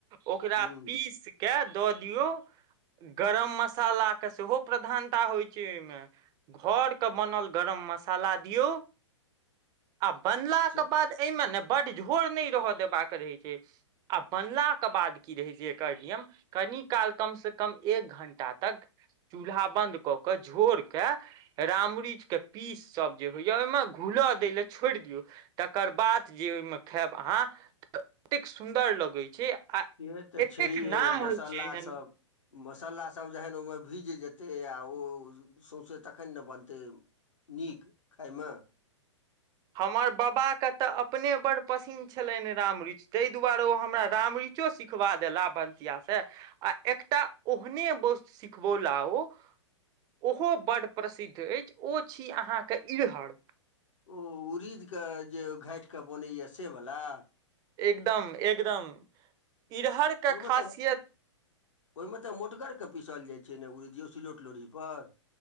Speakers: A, on the right; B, on the left.
A: ओकरा
B: हूँ
A: पीस के द दियौ, गरम मसाला के सेहो प्रधानता होय छै ओय मे, घर के बनल गरम मसाला दियौ। आ बनला
B: से
A: के बाद ए मे नै बड्ड झोर ने रहा देबाक रहै छै। आ बनला के बाद की रहै छै एकर नियम कनि काल कम से कम एक घण्टा तक चूल्हा बन्द कऽ कै झोर के रामरीच के पीस सब जे होय या ओय मे घुलय दै ले छोड़ दियौ तकर बाद जे ओय मे खाएब अहाँ त एतेक सुन्दर लगै छै। आ
B: से तऽ
A: एतेक
B: छैहे
A: नाम
B: मसाला
A: होइत छै एहन
B: सभ मसालासभ जखन ओहिमे भीज जेतै आ ओ सौँसे तखन ने बनतै नीक खायमे
A: हमर बबा के ते अपने बड्ड पसिन्न छलैन रामरिच तै दुआरे ओ हमरा रामरिचो सिखबा देला भनसिया से आ एकटा ओहने बोस सिखबौला ओ ओहो बड्ड प्रसिद्ध एछ, ओ छी अहाँ के इरहड़।
B: ओ उड़ीद के जे धैट के बनैय से बला
A: एकदम एकदम इरहरके
B: ओहिमे
A: खासियत
B: तऽ ओहिमे तऽ मोटगरके पिसल जाइत छै ने उड़िद यौ सिलौट लोढ़ीऽ पर